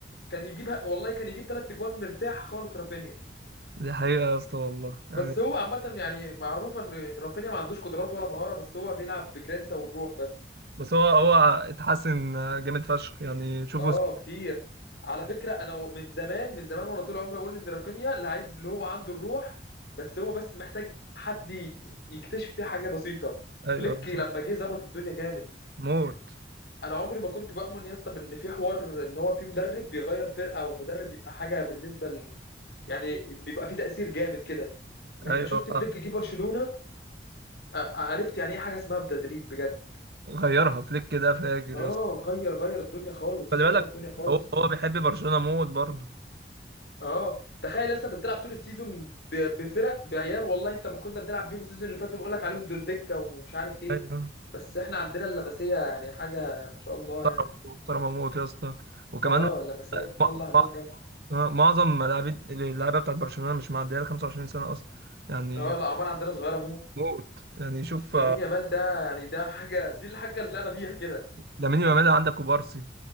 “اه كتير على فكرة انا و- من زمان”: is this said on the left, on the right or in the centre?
Left